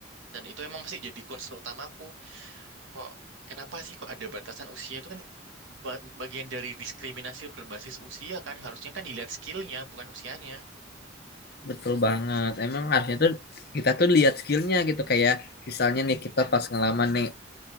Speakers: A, on the right; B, on the left.
A: dan itu emang masih jadi concern utamaku kok kenapa sih kok ada batasan usia itu kan ba- bagian dari diskriminasi berbasis usia kan harusnya kan dilihat skillnya bukan usianya.
B: Betul banget. Emang harusnya tuh kita tuh lihat skillnya gitu kayak misalnya nih kita pas ngelamar nih